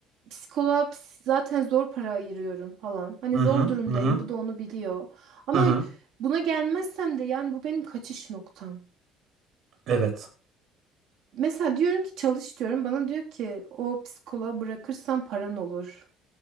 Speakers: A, on the right; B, on the right.
A: psikoloğa ps- zaten zor para ayırıyorum falan. Hani
B: Hı
A: zor
B: hı,
A: durumdayım.
B: hı hı,
A: Bu da onu biliyor. Ama
B: hı hı.
A: buna gelmezsem de yani bu benim kaçış noktam.
B: Evet.
A: Mesela diyorum ki çalış diyorum. Bana diyor ki o psikoloğa bırakırsan paran olur.